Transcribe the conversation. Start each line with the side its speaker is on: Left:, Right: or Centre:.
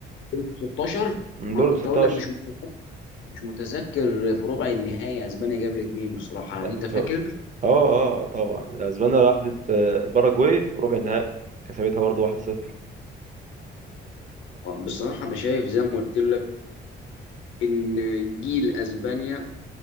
Left: في 16
Right: من
Left: ما
Right: دور
Left: أنا كنت
Right: ال 16
Left: اقول لك مش مش متذكر في ربع النهائي اسبانيا قابلت مين بصراحه
Right: ف...
Left: انت فاكر
Right: اه اه طبعا اسبانيا راحت آه، باراجواي في ربع النهائي كسبتها برضه 1-0
Left: بصراحه انا شايف زي ما قلت لك ان جيل اسبانيا